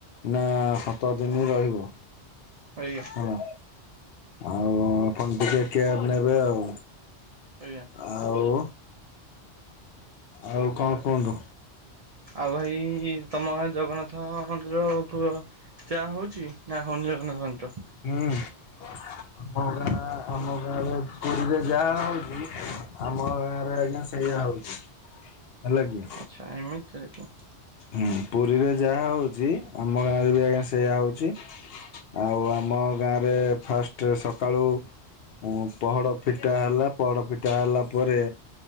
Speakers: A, on the left; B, on the right.
A: ନା ସାତ ଦିନି ରହିବ।
B: ଆଜ୍ଞା।
A: ହେଲା ଆପଣ ଟିକେ କେୟାର ନେବେ ଆଉ।
B: ଆଜ୍ଞା।
A: ଆଉ ଆଉ କଁ କୁହନ୍ତୁ?
B: ଆଉ ଭାଇ ତମ ଗାଁ ଜଗନ୍ନାଥ ମନ୍ଦିରୁ ପ- ଚାହା ହଉଛି ନା ହଉନି ଜଗନ୍ନାଥ ମନ୍ଦିର।
A: ହୁଁ ଆମ ଗାଁ ଆମ ଗାଁରେ ପୁରୀରେ- ଯାହା ହଉଛି ଆମ ଗାଁ ରେ ଆଜ୍ଞା ସେଇୟା ହଉଛି ହେଲା କି।
B: ଆଚ୍ଛା ଏମିତି <unintelligible>
A: ହୁଁ ପୁରୀରେ ଯାହା ହଉଛି ଆମ ଗାଁରେ ବି ଆଜ୍ଞା ସେଇଆା ହଉଛି। ଆଉ ଆମଗାଁ ରେ ଫାଷ୍ଟ ସକାଳୁ- ହୁ ପହଡ ଫିଟା ହେଲା ପହଡ ଫିଟା ହେଲା ପରେ-